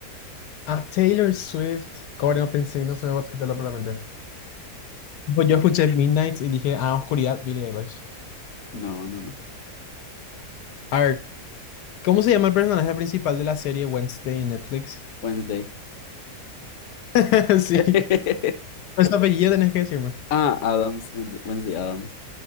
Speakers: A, on the left (about 75°); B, on the left (about 50°).
A: A Taylor Swift. Corre, no pensé no se me va a salirlo por la mente. Pues yo escuché Midnights y dije, ah, oscuridad, Billie Eilish.
B: No, no, no.
A: A ver, ¿cómo se llama el personaje principal de la serie Wednesday en Netflix?
B: Wednesday.
A: <laughs> Sí.
B: <laughs>
A: Pues su apellido tenés que decirme.
B: Ah, Adams. Wednesday, Wednesday Adams.